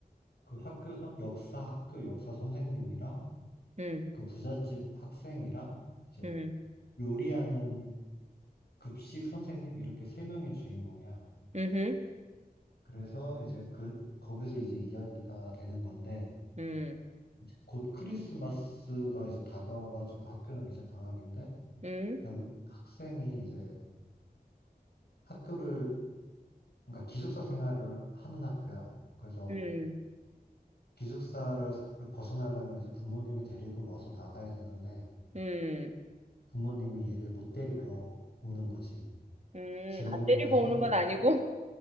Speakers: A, on the left; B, on the right.
A: 그 학교 선, 역사 학교 역사 선생님이랑
B: 음,
A: 그 부잣집 학생이랑 이제
B: 음,
A: 요리하는 급식 선생님 이렇게 세 명의 주인공이야.
B: 음흠,
A: 그래서 이제 그 거기서 이제 이야기가 되는 건데
B: 음,
A: 이제 곧 크리스마스가 이제 다가와가지고 학교는 이제 방학인데
B: 음,
A: 남 학생이 이제 학교를 그러니까 기숙사 생활을 하는 학교야. 그래서
B: 음,
A: 기숙사를 세- 벗어나려면 이제 부모님이 데리고 와서 나가야 되는데
B: 음,
A: 부모님이 얘를 못 데리러 오는 거지.
B: 음.
A: 재혼을
B: 아, 때리고
A: 해서
B: 오는 건 아니고?